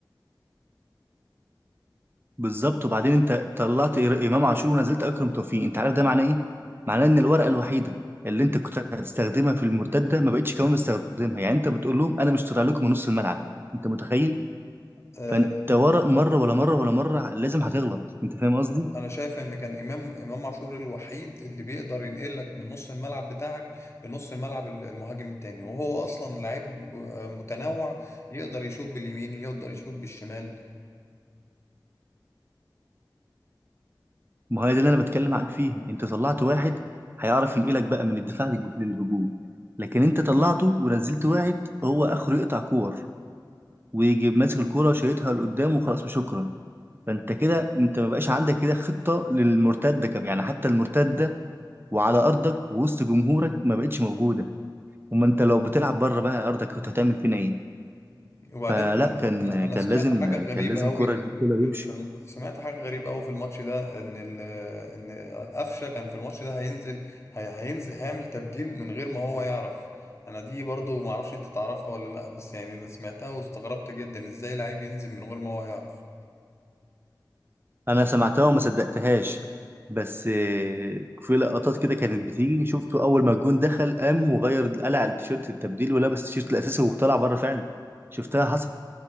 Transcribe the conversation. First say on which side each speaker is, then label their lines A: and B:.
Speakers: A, on the right; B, on the left.
A: بالظبط وبعدين انت طلعت إر- امام عاشور ونزلت اكرم توفيق انت عارف ده معناه ايه معناه ان الورقه الوحيده اللي انت كنت هتستخدمها في المرتده ما بقتش كمان بتستخدمها يعني انت بتقول لهم انا مش طالع لكم من نص الملعب انت متخيل
B: آه،
A: فانت ورق مره ولا مره ولا مره لازم هتغلط انت فاهم قصدي
B: انا شايف ان كان امام امام عاشور الوحيد اللي بيقدر ينقلك من نص الملعب بتاعك لنص الملعب ال- المهاجم التاني وهو اصلا لعيب ب- متنوع يقدر يشوط باليمين يقدر يشوط بالشمال
A: ما هي دي اللي انا بتكلم معاك فيها انت طلعت واحد هيعرف ينقلك بقى من الدفاع للج- للهجوم لكن انت طلعته ونزلت واحد هو اخره يقطع كور ويجي ماسك الكوره وشايطها لقدام وخلاص وشكرا فانت كده انت ما بقاش عندك كده خطه للمرتده كم يعني حتى المرتده وعلى ارضك ووسط جمهورك ما بقتش موجوده اما انت لو بتلعب بره بقى ارضك كنت هتعمل فينا ايه
B: وبعدين
A: فلا
B: ده
A: كان
B: انا انا
A: كان
B: سمعت
A: لازم
B: حاجه غريبه
A: كان لازم
B: قوي
A: كولر كولر
B: في
A: يمشي
B: ال- في الم... سمعت حاجه غريبه قوي في الماتش ده ان ال... ان قفشه كان في الماتش ده هينزل هي... هينزل هيعمل تبديل من غير ما هو يعرف انا دي برضو معرفش انت تعرفها ولا لا بس يعني ده سمعتها واستغربت جدا ازاي لعيب ينزل من غير ما هو يعرف
A: انا سمعتها وما صدقتهاش بس آه، في لقطات كده كانت بتيجي شفته اول ما الجون دخل قام وغير قلع التيشيرت التبديل ولبس التيشيرت الاساسي وطلع بره فعلا شفتها حصل